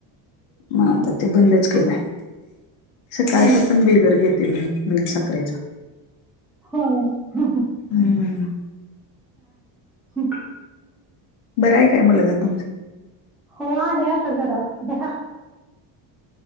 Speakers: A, on the left; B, in the centre.
A: म आता ते बंदच केलाय. सकाळचा
B: हो हो
A: पण बिगर घेते मी बिन साखरेचा.
B: होय, हा,
A: हम्म
B: ह.
A: बरं आहे काय मुलगा तुमचं?
B: हो आहे आता जरा जरा